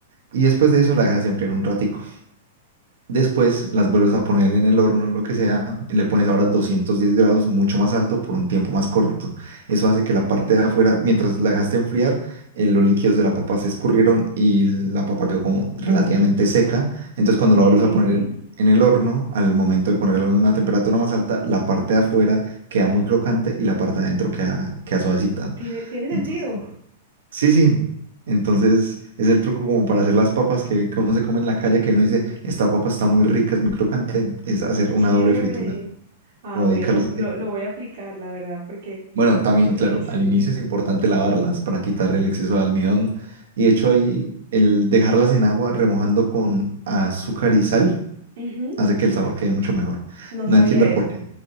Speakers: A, on the right; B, on the right.
A: y después de eso la dejas enfriar un ratico. Después las vuelves a poner en el horno, lo que sea, y le pones ahora 210 grados, mucho más alto, por un tiempo más corto. Eso hace que la parte de afuera, mientras la dejaste enfriar, eh, los líquidos de la papa se escurrieron y la papa quedó como relativamente seca. Entonces cuando
B: ok,
A: la vuelves a poner en, en el horno, al momento de ponerla a una temperatura más alta, la parte de afuera queda muy crocante y la parte de adentro queda, queda suavecita.
B: tiene, tiene sentido,
A: Entonces, Sí, sí. Entonces es el truco como para hacer las papas que, que uno se come en la calle, que uno dice, esta papa está muy rica, es muy crocante, es hacer
B: qué chévere.
A: una doble fritura
B: Ah,
A: o
B: bueno,
A: dedicarle ese
B: lo,
A: tiempo.
B: lo voy a aplicar, la verdad, porque,
A: Bueno, también,
B: porque
A: claro,
B: sí,
A: al inicio es importante lavarlas para quitar el exceso de almidón. Y de hecho ahí el dejarlas en agua remojando con azúcar y sal
B: ujú,
A: hace que el sabor quede mucho mejor.
B: no
A: No
B: sabía
A: entiendo el
B: eso.
A: porqué.